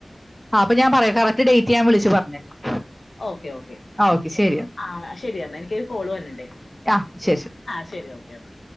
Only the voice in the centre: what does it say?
ആ അപ്പൊ ഞാൻപറയാകറക്റ്റ് ഡേറ്റ് ഞാൻ വിളിച്ചു പറഞ്ഞേക്കാം
ആ ഓക്കെ ശരി
ആ ശരി ശരി